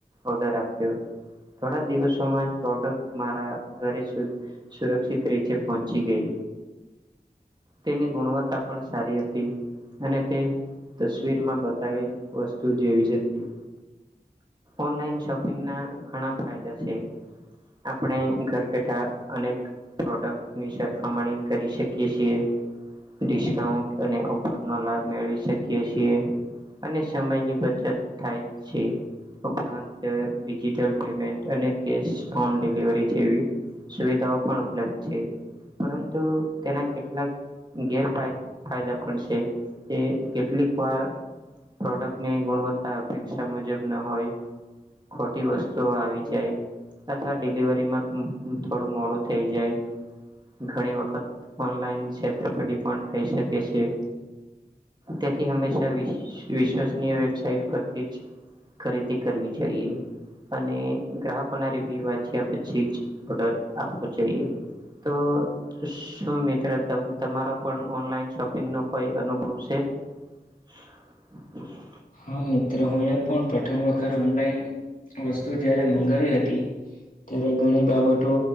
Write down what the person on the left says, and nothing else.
હા મિત્રો હું એ પણ પ્રથમ વખત ઓનલાઈન વસ્તુ જ્યારે મંગાવી હતી. ત્યારે ઘણી બાબતો